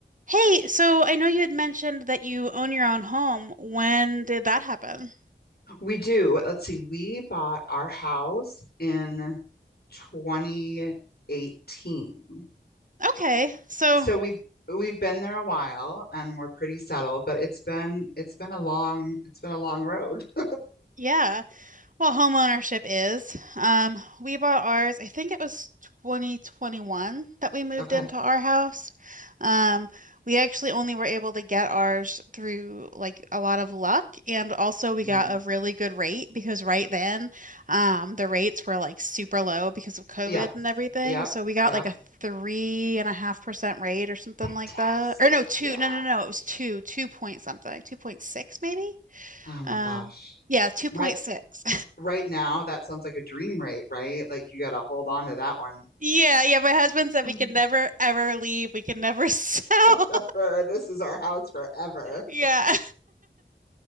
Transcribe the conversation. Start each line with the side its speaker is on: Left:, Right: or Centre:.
Right: Hey, so I know you had mentioned that you own your own home. When did that happen?
Left: We do. Let's see. We bought our house in 2018.
Right: Okay, so
Left: So we've we've been there a while and we're pretty settled, but it's been it's been a long it's been a long road. <laughs>
Right: yeah. Well, home ownership is. Um, we bought ours, I think it was 2021 that we moved
Left: Okay.
Right: into our house. Um, we actually only were able to get ours through like a lot of luck, and also we
Left: Mhm.
Right: got a really good rate because right then, um, the rates were like super low because of COVID
Left: Yep.
Right: and everything.
Left: Yep.
Right: So we got
Left: Yep.
Right: like a three and a half percent rate or something
Left: Fantastic.
Right: like that. Or no, two,
Left: Yeah.
Right: no, no, no, it was two, two point something, 2.6 maybe.
Left: Oh my
Right: Um,
Left: gosh.
Right: yeah, 2.6.
Left: Right right now that sounds like a dream rate, right? Like you got to hold on to that one.
Right: Yeah, yeah, my husband said
Left: <laughs>
Right: we could never ever leave. We could never <laughs> sell.
Left: Forever. This is our house forever.
Right: Yeah.